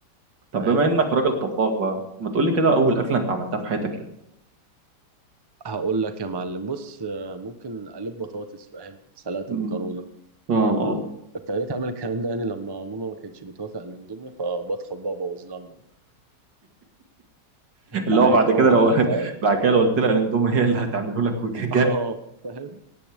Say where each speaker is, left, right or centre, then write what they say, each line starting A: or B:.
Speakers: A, on the right; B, on the right.
A: فاهم
B: طب بما انك راجل طباخ بقى ما تقول لي كده اول اكله انت عملتها في حياتك ايه
A: هقول لك يا معلم بص آه، ممكن اقلب بطاطس فاهم سلطه
B: مم.
A: مكرونه
B: اه اه
A: ابتديت اعمل الكلام ده يعني لما ماما ما كانتش بتوافق على الاندومي فبدخل بقى ابوظ لها المطبخ
B: <laughs> اللي
A: عقاب
B: هو بعد كده لو
A: بقى
B: <laughs>
A: فاهم
B: بعد كده لو قلت لها اندومي هي اللي هتعمله لك وجري
A: <laughs> اه فاهم